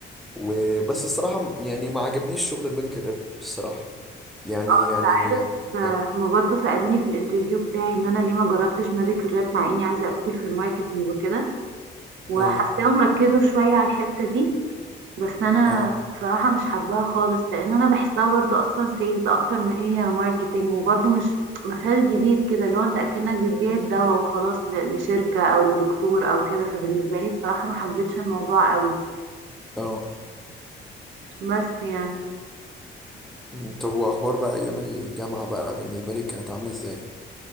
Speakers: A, in the centre; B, on the right.
A: وبس الصراحه يعني ما عجبنيش شغل الميديكال ريب الصراحه يعني
B: اه انت
A: يعني
B: عارف
A: يعني-
B: آه، هما برضه سألوني في الانترفيو بتاعي ان انا ليه ما جربتش ميديكال راب مع اني عايزة ادخل في الماركتينج وكده وحاساهم
A: اه
B: ركزوا شوية على الحتة دي بس انا
A: اه
B: بصراحة مش حباها خالص لان انا بحسها برضه اصلا سيلز اكتر ما هي ماركتينج وبرضه مش ما فيهاش جديد كده اللي هو انت اكنك بتبيع الدواء وخلاص ل- لشركة او لدكتور او كده فبالنسبة لي بصراحة ما حبيتش الموضوع قوي
A: اه
B: بس يعني
A: مم. طب واخبار بقى ايام الجامعه بقى بالنسبه لك كانت عامله ازاي